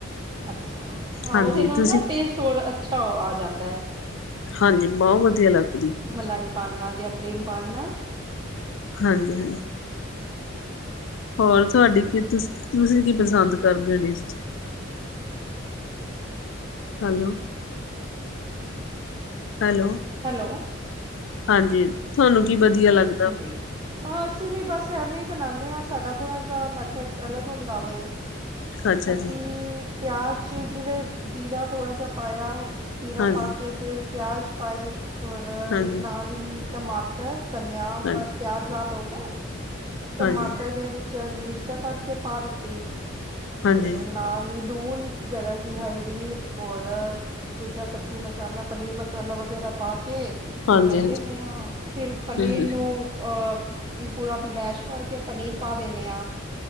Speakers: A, on the right; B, on the left.
A: ਅੱਛਾ, ਹਾਂ
B: ਹਾਂਜੀ
A: ਉਹਦੇ ਨਾਲ
B: ਤੁਸੀਂ
A: ਨਾ ਟੇਸਟ ਹੋਰ ਅੱਛਾ ਆ ਜਾਂਦਾ ਐ।
B: ਹਾਂਜੀ, ਬਹੁ ਵਧੀਆ ਲੱਗ
A: ਮਲਾਈ ਪਾਣ ਨਾਲ ਜਾ ਕਰੀਮ ਪਾਣ ਨਾਲ।
B: ਹਾਂਜੀ-ਹਾਂਜੀ। ਹੋਰ ਤੁਹਾਡੀ ਕੀ, ਤੁਸੀਂ ਕੀ ਪਸੰਦ ਕਰਦੇ ਹੋ ਡਿਸ਼ ਚ। ਹੈਲੋ। ਹੈਲੋ।
A: ਹੈਲੋ।
B: ਹਾਂਜੀ, ਥੋਨੂੰ ਕੀ ਵਧੀਆ ਲੱਗ
A: ਹਾਂਜੀ। ਹਾਂ, ਅਸੀਂ ਵੀ ਬਸ ਐਵੇਂ ਹੀ ਬਣਾਣੇ ਆਂ, ਸਾਡਾ ਥੋੜ੍ਹਾ ਜਾ ਮੈਥਡ ਅਲੱਗ ਹੁੰਦਾ ਵੇ।
B: ਅੱਛਾ
A: ਅਸੀਂ
B: ਜੀ
A: ਪਿਆਜ ਚ ਜਿਵੇਂ ਜੀਰਾ ਥੋੜ੍ਹਾ ਜਾ ਪਾਇਆ ਜੀਰਾ
B: ਹਾਂਜੀ
A: ਪਾ ਕੇ ਫਿਰ ਪਿਆਜ਼ ਪਾਏ, ਔਰ
B: ਹਾਂਜੀ
A: ਨਾਲ ਹੀ ਟਮਾ ਟਰ ਧਨੀਆਂ,
B: ਹਾਂਜੀ
A: ਪਿਆਜ਼ ਲਾਲ ਹੋ ਗਏ, ਟਮਾਟਰ
B: ਹਾਂਜੀ ਹਾਂਜੀ
A: ਦੇ ਵਿੱ ਹਰੀਆਂ ਮਿਰਚਾਂ ਕੱਟ ਕੇ ਪਾ ਦਿੱਤੀ,
B: ਹਾਂਜੀ
A: ਤੇ ਨਾਲ ਹੀ ਲੂਣ ਜਰਾ ਜੀ ਹਲਦੀ, ਔਰ ਦੂਜਾ ਸਬਜ਼ੀ ਮਸਾਲਾ, ਪਨੀਰ ਮਸਾਲਾ ਵਗੈਰਾ ਪਾ ਕੇ
B: ਹਾਂਜੀ
A: ਭੁੰਨਣ
B: ਹੂੰ
A: ਦਿੰਨੇ ਆਂ, ਫਿਰ ਪਨੀਰ
B: ਹੂੰ
A: ਨੂੰ ਅ ਪੂਰਾ ਮੈਸ਼ ਕਰਕੇ ਪਨੀਰ ਪਾ ਦਿੰਨੇ ਆਂ।